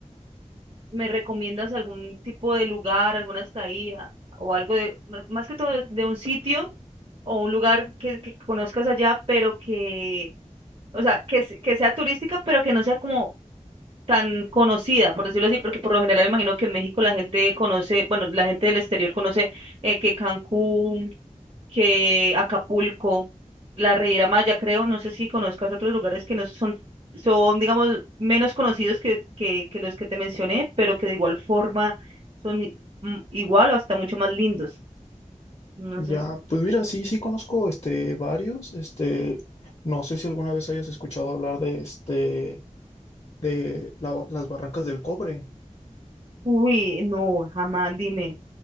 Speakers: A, on the right; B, on the left.
A: ¿Me recomiendas algún tipo de lugar, alguna estadía o algo de, m- más que todo de un sitio o un lugar que, que conozcas allá, pero que, o sea, que, se- que sea turística, pero que no sea como tan conocida, por decirlo así, porque por lo general imagino que en México la gente conoce, bueno, la gente del exterior conoce eh, que Cancún que Acapulco, la Riviera Maya, creo, no sé si conozcas otros lugares que no son, son, digamos, menos conocidos que, que, que los que te mencioné, pero que de igual forma son i- mm, igual o hasta mucho más lindos. No
B: Ya,
A: sé si-
B: pues mira, sí, sí conozco este varios, este, no sé si alguna vez hayas escuchado hablar de este, de la las Barrancas del Cobre.
A: Uy, no, jamás, dime.